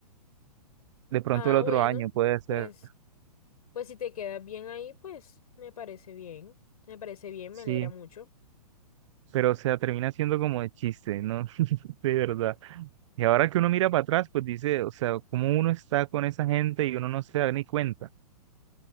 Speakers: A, on the right (about 45°); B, on the left (about 65°).
A: De pronto
B: Ah,
A: el otro
B: bueno,
A: año puede ser,
B: pues Pues si te quedas bien ahí, pues me parece bien. Me parece bien,
A: sí,
B: me alegra mucho.
A: pero o sea, termina siendo como de chiste, ¿no? <laughs> De verdad. Y ahora que uno mira para atrás, pues dice, o sea, como uno está con esa gente y uno no se da ni cuenta.